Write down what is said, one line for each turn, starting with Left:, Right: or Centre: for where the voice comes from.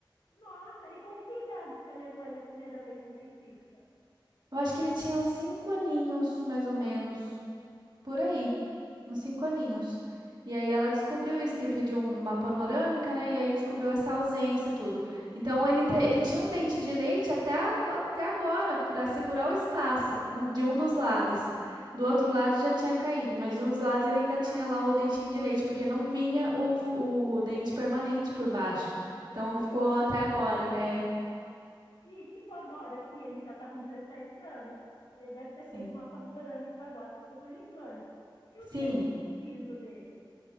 Left: nossa, e com que idade você levou ele a primeira vez no dentista?
Right: Eu acho que ele tinha uns cinco aninhos, mais ou menos, por aí, uns cinco aninhos. E aí ela descobriu isso, porque pediu uma panorâmica, né? E aí descobriu essa ausência, tudo. Então ele, te- ele tinha um dente de leite até, a- até agora, para segurar o espaço um- de um dos lados. Do outro lado já tinha caído, mas de um dos lados ele ainda tinha lá o dentinho de leite, porque não vinha o, f- o dente permanente por baixo.
Left: Olha
Right: Então ficou
Left: que interessante.
Right: até agora, é.
Left: E, tipo, agora que ele já está com 17 anos, ele deve ter feito
Right: Sim.
Left: uma panorâmica agora para fazer um implante. E os
Right: Sim.
Left: dentes do siso dele?